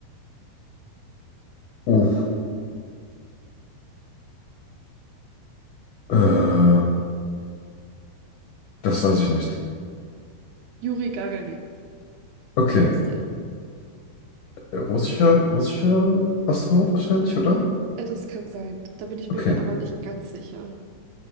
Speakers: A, on the left (about 90°); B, on the right (about 80°).
A: Uff. Äh, Das weiß ich nicht.
B: Juri Gagarin
A: Okay.
B: heißt er.
A: Äh, Russischer, russischer Astronaut wahrscheinlich, oder?
B: Äh, Das kann sein. Da bin ich
A: Okay,
B: mir gerade aber nicht ganz sicher.